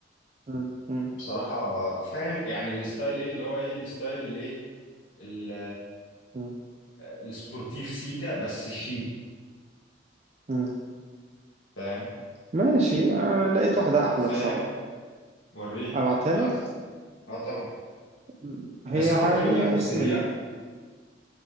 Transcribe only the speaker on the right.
م- م-
م-
م.
ماشي آه لقيت واحده احلى
بصراحه
ابعتها
لك
م. هي
عليها
اسم
ال...